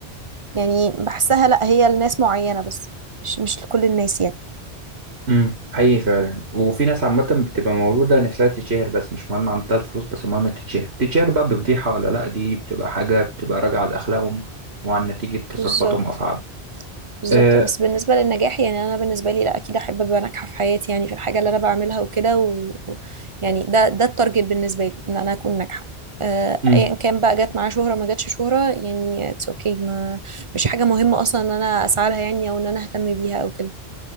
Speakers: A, on the right; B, on the right.
A: يعني بحسها لا هي لناس معينة بس مش مش لكل الناس يعني
B: امم حقيقي فعلا وفي ناس عامة بتبقى مولودة نفسها تتشهر بس مش مهم عندها الفلوس بس المهم تتشهر تتشهر بقى بفضيحة ولا لأ دي بتبقى حاجة بتبقى راجعة لأخلاقهم وعن نتيجة تصرفاتهم
A: بالظبط
B: وأفعالهم
A: بالظبط
B: أه
A: بس بالنسبة للنجاح يعني أنا بالنسبة لي لا أكيد أحب أبقى ناجحة في حياتي يعني في الحاجة اللي أنا بعملها وكده و... و- يعني ده ده التارجت بالنسبة لي إن أنا أكون ناجحة آه،
B: امم
A: أيا كان بقى جت معاه شهرة ما جاتش شهرة يعني اتس اوكي ما مش حاجة مهمة أصلا إن أنا أسعى لها يعني أو إن أنا أهتم بيها أو كده